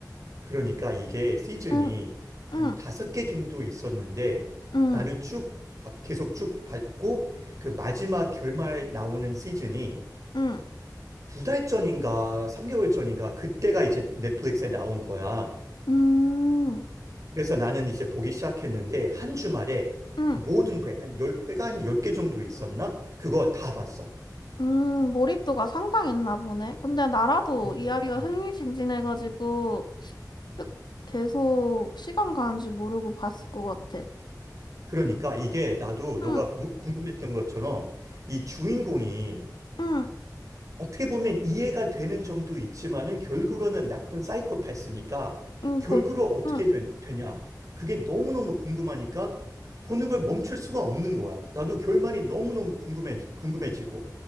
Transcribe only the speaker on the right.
그러니까 이게 시즌이
한
다섯 개 정도 있었는데
나는 쭉 봐- 계속 쭉 봤고 그 마지막 결말 나오는 시즌이
두 달 전인가 3개월 전인가 그때가 이제 넷플릭스에 나온 거야.
그래서 나는 이제 보기 시작했는데 한 주말에
그 모든 회, 한 열 회가 한 10개 정도 있었나? 그거 다 봤어.
일단.
음.
그러니까 이게 나도 너가
무- 궁금했던 것처럼 이 주인공이
어떻게 보면 이해가 되는 점도 있지만은 결국으로는 나쁜 사이코패스니까
결국으로
어떻게
된- 되냐? 그게 너무너무 궁금하니까 보는 걸 멈출 수가 없는 거야. 나도 결말이 너무너무 궁금해, 궁금해지고.